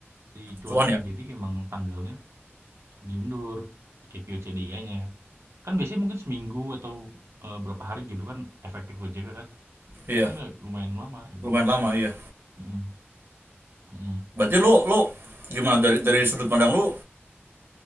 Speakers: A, on the right; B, on the right.
A: si cuan
B: Cuan
A: ini
B: ya?
A: jadi emang tanggalnya diundur IPO CDI-nya Kan biasanya mungkin seminggu atau, eee, berapa hari gitu kan efektif OJK kan.
B: Iya.
A: Ini lumayan lama gitu.
B: Lumayan lama, iya.
A: Mhm mhm.
B: Berarti lo lo gimana dari dari sudut pandang lo